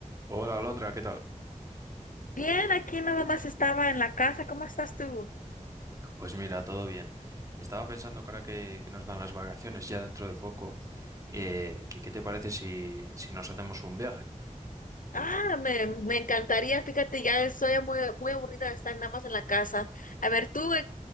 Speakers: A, on the right; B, on the left.
A: Hola, Alondra, ¿qué tal?
B: Bien, aquí nada más estaba en la casa. ¿Cómo estás tú?
A: Pues mira, todo bien. Estaba pensando que ahora que, que nos dan las vacaciones ya dentro de poco, eh, que, ¿qué te parece si, si nos hacemos un viaje?
B: Ah, me, me encantaría. Fíjate, ya estoy muy, muy aburrida de estar nada más en la casa. A ver, tú, eh,